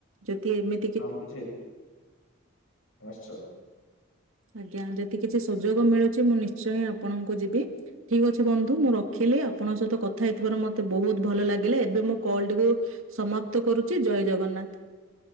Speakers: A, on the right (about 75°); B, on the left (about 70°).
A: ଯଦି ଏମି
B: ଆମ କିଛି ଆଶ୍ଚ
A: ଆଜ୍ଞା ଯଦି କିଛି ସୁଯୋଗ ମିଳୁଛି ମୁଁ ନିଶ୍ଚୟିଁ ଆପଣଙ୍କୁ ଯିବି। ଠିକ ଅଛି ବନ୍ଧୁ ମୁଁ ରଖିଲି ଆପଣଙ୍କ ସହିତ କଥା ହେଇଥିବାର ମତେ ବହୁତ ଭଲ ଲାଗିଲା ଏବେ ମୁ କଲ ଟିକୁ। ସମାପ୍ତ କରୁଛି ଜୟ ଜଗନ୍ନାଥ।